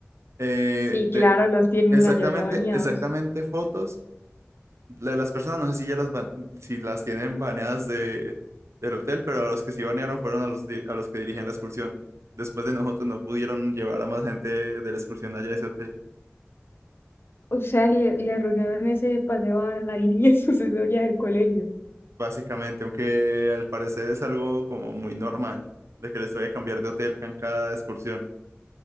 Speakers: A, on the right; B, on the left.
A: Eh,
B: Sí,
A: de
B: claro, los tienen
A: exactamente,
B: allá ya bañados.
A: exactamente fotos de las personas. No sé si ya las ban- si las tienen baneadas de, del hotel, pero a los que sí banearon fueron a los, di- a los que dirigían la excursión. Después de nosotros no pudieron llevar a más gente de la excursión allá a ese hotel.
B: O sea, le, le arruinaron ese paseo a la línea <laughs> sucesoria del colegio.
A: Básicamente, aunque al parecer es algo como muy normal, de que les voy a cambiar de hotel con cada excursión.